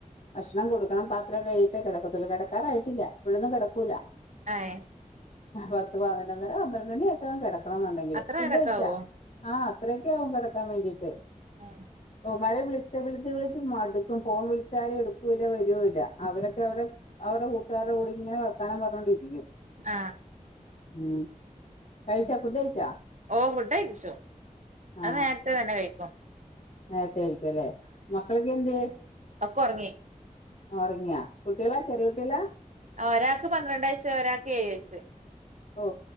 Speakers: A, on the left; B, on the right.
A: ഭക്ഷണം കൊടുക്കണം പാത്രം കഴിയിട്ട് കെടക്കതൊള്ളു കെടക്കാറായിട്ടില്ല ഇപ്പഴൊന്നും കെടക്കൂല്ല
B: ഏഹ്
A: പത്ത് പതിനൊന്നര പന്ത്രണ്ട് മണിയൊക്കെ ആകും കെടക്കണോന്നൊണ്ടങ്കില്
B: അത്ര
A: ഫുഡ്
B: നേരൊക്കെ
A: കയിച്ചാ
B: ആവോ
A: ആഹ് അത്രേ ഒക്കെ ആകും കെടക്കാൻ വേണ്ടീട്ട്
B: ആഹ്
A: ഇവമാരെ വിളിച്ച വിളിച്ച് വിളിച്ച് മടുക്കും ഫോൺ വിളിച്ചാലും എടുക്കൂല്ല വരുവ ഇല്ല അവരൊക്കെ അവിടെ അവർടെ കൂട്ടുകാർടെ കൂടിങ്ങനെ വർത്താനം പർഞ്ഞൊണ്ടിരിക്കും
B: ആഹ്
A: ഉം കഴിച്ച ഫുഡ്‌ കയിച്ചാ
B: ഓ ഫുഡ് കഴിച്ചു
A: ആ
B: അത് നേരത്തെ തന്നെ കൈക്കും
A: നേരത്തെ കഴിക്കുവല്ലേ മക്കളൊക്കെ എന്തിയേ
B: ഒക്കെ ഉറങ്ങി
A: ഒറങ്ങിയാ കുട്ടികള ചെറിയ കുട്ടികള
B: ആഹ് ഒരാക്ക് പന്ത്രണ്ട് വയസ്സ് ഒരാക്ക് ഏഴ് വയസ്സ്
A: ഓ